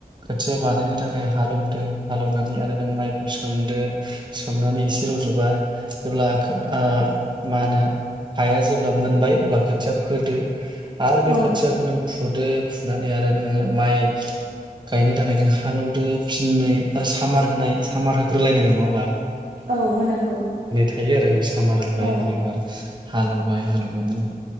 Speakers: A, on the right; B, on the right.
A: खोथिया बानायनो थाखाय हालौदो हालौनानै आरो नों माइखौ सोमदो सोमनानै एसे रजबा जेब्ला आ मा होनो हाया जेब्ला मोनबाय अब्ला खोथिया फोदो। आरो बे
B: औ
A: खोथियाखौ नों फुदो फुनानै आरो नोङो माइ गायनो थाखाय नों हालौदो फिननै आरो सामार होनाय सामार होग्रोलायनांगोन नङा होमबा।
B: औ होनांगौ।
A: हायो आरो। हामारबाय
B: औ
A: बिनि उनाव आरो हालौबाय हालौनानै